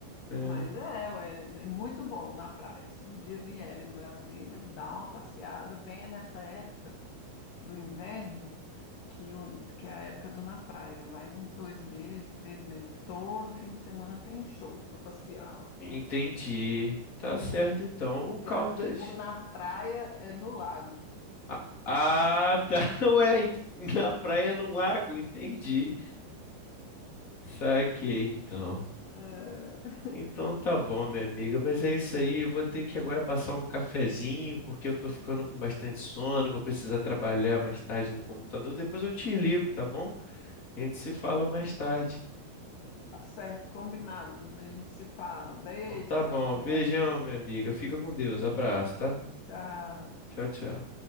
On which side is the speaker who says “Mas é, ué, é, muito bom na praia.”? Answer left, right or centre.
Left